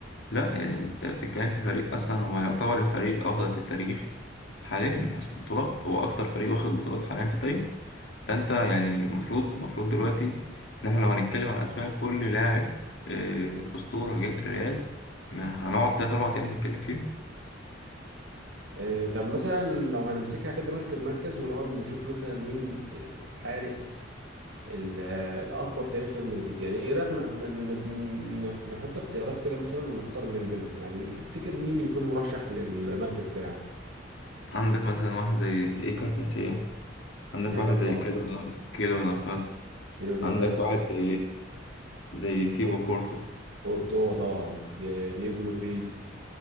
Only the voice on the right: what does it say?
آه، طب مثلا لو هنمسكها كده مركز مركز ونقعد نشوف مثلا مين الحارس ال- الاقوى في تاريخ ريال مدريد يعني ايه رايك نح- ن- ن- نحط اختيارات كده مثلا ونختار من بينهم يعني تفتكر مين يكون مرشح للمركز ده يعني
آه،
طبعا
كيلور نافاس
كور...
كورتوا طبعا دي... دييجو لوبيز